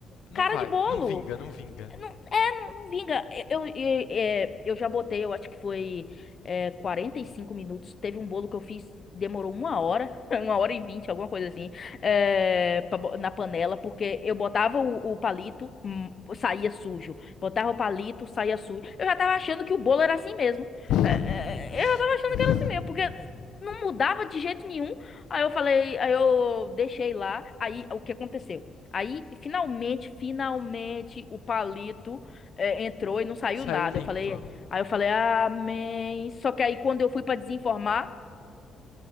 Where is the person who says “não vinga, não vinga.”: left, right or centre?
Left